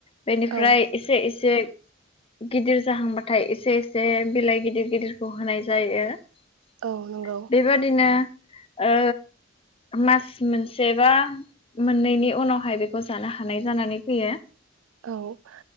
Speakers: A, on the left; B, on the right.
A: बेनिफ्राय
B: औ
A: एसे एसे एसे गिदिर जाहांबाथाय एसे एसे बिलाइ गिदिर गिदिरखौ होनाय जायो ।
B: औ नंगौ
A: बेबादिनो ओ मास मोनसे बा मोननैनि उनावहाय बेखौ जानो हानाय जानानै फैयो।
B: औ ।